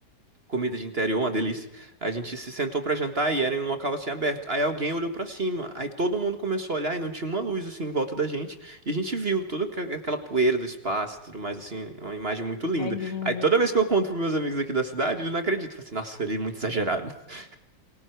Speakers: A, on the right; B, on the left.
A: comida de interior, uma delícia. A gente se sentou pra jantar e era em um local assim aberto. Aí alguém olhou pra cima, aí todo mundo começou a olhar e não tinha uma luz assim em volta da gente. E a gente viu toda aqua- aquela poeira do espaço e tudo mais assim, uma imagem muito linda.
B: É lindo,
A: Aí toda
B: né?
A: vez que eu conto pros meus amigos aqui da cidade, eles não acreditam. Falam assim, nossa, ele é muito exagerado. <laughs>